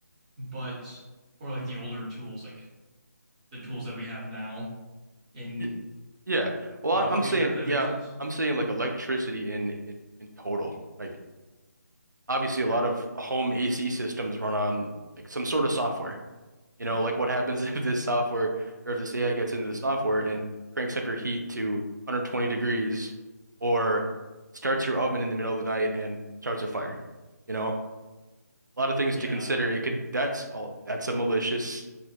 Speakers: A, on the right; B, on the right.
A: but or like the older tools, like the tools that we have now in
B: Y- Yeah. Well,
A: for
B: I-
A: the
B: I'm
A: future,
B: saying,
A: if that
B: yeah,
A: makes sense.
B: I'm saying like electricity in in in total. Like obviously a
A: I,
B: lot of home AC systems run on like some sort of software. You
A: yeah.
B: know, like what happens <laughs> if this software or if this AI gets into the software and cranks up your heat to 120 degrees or starts your oven in the middle of the night and starts a fire. You know, a lot of things
A: Yeah.
B: to consider. It could that's all that's a malicious